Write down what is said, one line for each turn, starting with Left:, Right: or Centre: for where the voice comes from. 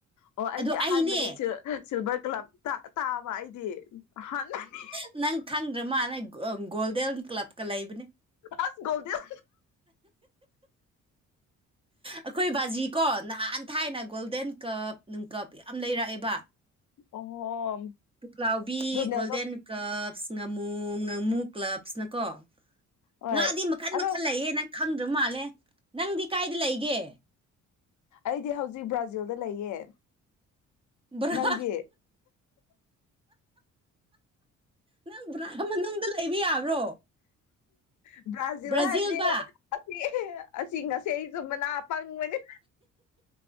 Left: ꯑꯣ ꯑꯩꯗꯤ
Right: ꯑꯗꯣ
Left: ꯑꯍꯥꯟꯕꯅꯤ
Right: ꯑꯩꯅꯦ
Left: ꯁꯤꯜꯚꯔ ꯀ꯭ꯂꯕ ꯇꯥꯕ ꯑꯩꯗꯤ ꯑꯍꯥꯟꯕꯅꯤ
Right: ꯅꯪ ꯈꯪꯗ꯭ꯔ ꯃꯥꯅ ꯒꯣꯜꯗꯦꯟ ꯀ꯭ꯂꯕꯀ ꯂꯩꯕꯅꯦ
Left: ꯑꯁ ꯒꯣꯜꯗꯦꯟ
Right: ꯑꯩꯈꯣꯏ ꯕꯥꯖꯤ ꯀꯣ ꯅꯍꯥꯟ ꯊꯥꯏꯅ ꯒꯣꯜꯗꯦꯟ ꯀꯞ ꯅꯨꯡꯀꯞ ꯌꯥꯝ ꯂꯩꯔꯛꯑꯦꯕ
Left: ꯑꯣ
Right: ꯄꯨꯛꯂꯥꯎꯕꯤ
Left: ꯔꯣꯅꯦꯜꯗꯣꯒꯤꯗꯣ
Right: ꯒꯣꯜꯗꯦꯟ ꯀ꯭ꯂꯞꯁ ꯉꯥꯃꯨ ꯉꯥꯃꯨ ꯀ꯭ꯂꯞꯁꯅꯀꯣ
Left: ꯍꯣꯏ
Right: ꯉꯥꯗꯤ ꯃꯈꯜ
Left: ꯑꯗꯣ
Right: ꯃꯈꯜ ꯂꯩꯌꯦ ꯅꯪ ꯈꯪꯗ꯭ꯔ ꯃꯥꯜꯂꯦ ꯅꯪꯗꯤ ꯀꯥꯏꯗ ꯂꯩꯒꯦ
Left: ꯑꯩꯗꯤ ꯍꯧꯖꯤꯛ ꯕ꯭ꯔꯥꯖꯤꯜꯗ ꯂꯩꯌꯦ
Right: ꯕ꯭ꯔꯥꯜ
Left: ꯅꯪꯗꯤ
Right: ꯅꯪ ꯕ꯭ꯔꯥ ꯃꯅꯨꯡꯗ ꯂꯩꯕ ꯌꯥꯕ꯭ꯔꯣ
Left: ꯕ꯭ꯔꯥꯖꯤꯜ
Right: ꯕ꯭ꯔꯥꯖꯤꯜꯗ
Left: ꯍꯥꯏꯕ ꯑꯁꯤ ꯑꯁꯤ ꯉꯁꯤꯁꯨ ꯃꯅꯥ ꯄꯪꯕꯅꯤ